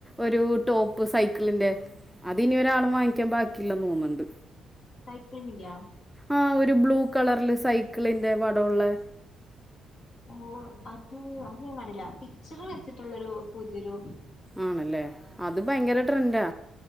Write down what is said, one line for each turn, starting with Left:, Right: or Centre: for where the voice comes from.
Centre: ഒരു ടോപ് സൈക്കിളിന്റെ അതിനി ഒരാളും വാങ്ങിക്കാൻ ബാക്കി ഇല്ലെന്ന് തോന്ന്ണ്ട്
Left: സൈക്ലിങ്ങിന്റെയാ
Centre: ആ ഒരു ബ്ലൂ കളർൽ സൈക്കിളിന്റെ പടവുള്ളെ
Left: ഒ അത് അത് ഞാൻ കണ്ടിട്ടില്ല പിച്ചർ വരച്ചിട്ടുള്ളൊരു പുതിയ ഒരു
Centre: ആണ് അല്ലെ അത് ഭയങ്കര ട്രെൻഡാ